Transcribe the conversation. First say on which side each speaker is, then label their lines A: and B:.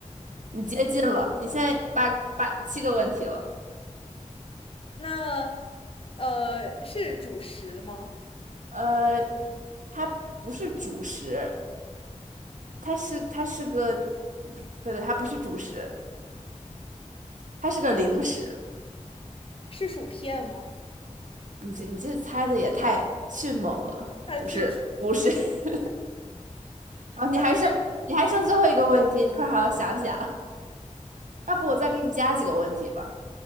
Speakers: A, on the right; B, on the left.
A: 你接近了，
B: 嗯，
A: 你现在八八七个问题了。
B: 那呃是主食吗？
A: 呃，它不是主食，它是它是个，不对对，它不是主食，它是个零食。
B: 是薯片吗？
A: 你这你这猜的也太迅猛了，
B: 它具体
A: 不是不是。<laughs> 好，你还剩你还剩最后一个问题，
B: 它居
A: 你快好好想想。要不我再给你加几个问题吧，